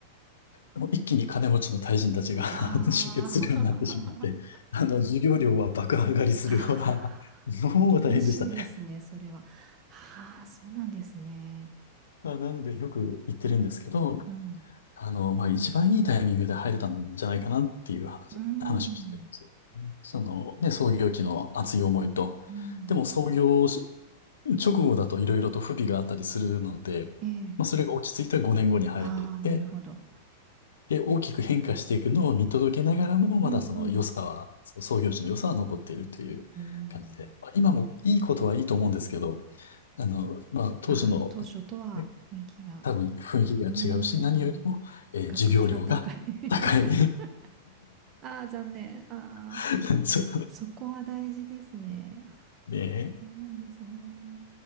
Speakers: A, on the left; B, on the right.
A: もう一気に金持ちの大臣たちが
B: あ、
A: <laughs> 集結するようになってしまって、
B: ああ、
A: あの、授業料は爆上がりするわ。
B: <laughs> ああ、
A: <laughs> もう大変でしたね。
B: 厳しいですね、それは。ああ、そうなんですね。
A: まあ、なのでよく言ってるんですけど、
B: うん、
A: あの、まあ、一番いいタイミングで入れたんじゃないかなっていう話、
B: うん、
A: 話をしてます。その、ね、創業期の熱い思いと、
B: うん。
A: でも創業し直後だといろいろと不備があったりするので、
B: ええ、
A: まあ、それが落ち着いた5年後に入れて、
B: ああ、なるほど。
A: で、大きく変化していくのを見届けながらも、まだその良さは、
B: うん、うん、
A: その創業時の良さは残っているという感じで、
B: うん。
A: まあ今もいいことはいいと思うんですけど、あの、まあ、当時の
B: あ、当初とは雰囲気が。
A: え多分雰囲気が違うし、
B: うーん。
A: 何よりも、えー授業料が高い。
B: 学費が高い <laughs> ああ、残念。ああ、
A: <laughs> そう
B: そこは大事ですね。あ
A: ねえ
B: そうなんですね。